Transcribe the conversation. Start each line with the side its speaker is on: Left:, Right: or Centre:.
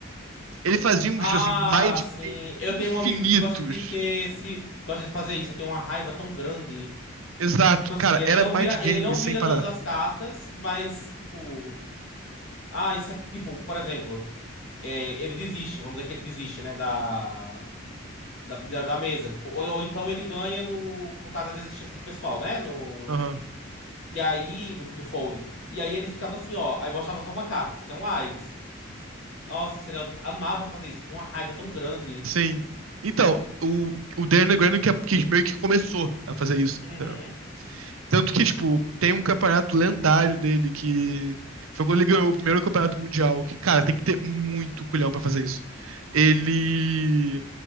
Right: Ele fazia uns,
Left: Ah,
Right: assim, mind
Left: sim.
Right: games
Left: Eu
Right: infinitos.
Left: tenho um amigo que gosta de ter esse, gosta de fazer isso. Eu tenho uma raiva tão grande. Tipo
Right: Exato, cara,
Left: assim, ele
Right: era
Left: não
Right: mind
Left: vira,
Right: games
Left: ele não vira
Right: sem parar.
Left: todas as cartas, mas tipo, ah, isso aqui, tipo, por exemplo, é, ele desiste, vamos dizer que ele desiste, né, da da, da- da mesa, tipo, ou, ou então ele ganha no por causa da desistência do pessoal, né, no
Right: Aham,
Left: e aí do, do fold. E aí ele ficava assim, ó, aí mostrava só uma carta, isso aqui é um ás. Nossa, ele amava fazer isso, tem uma raiva tão grande.
Right: sim. Então, o, o Darren Graham que, é, que meio que começou a fazer isso,
Left: Uhum,
Right: entendeu? Tanto que, tipo, tem um campeonato lendário dele que foi quando ele ganhou o primeiro campeonato mundial, que, cara, tem que ter muito culhão pra fazer isso. Ele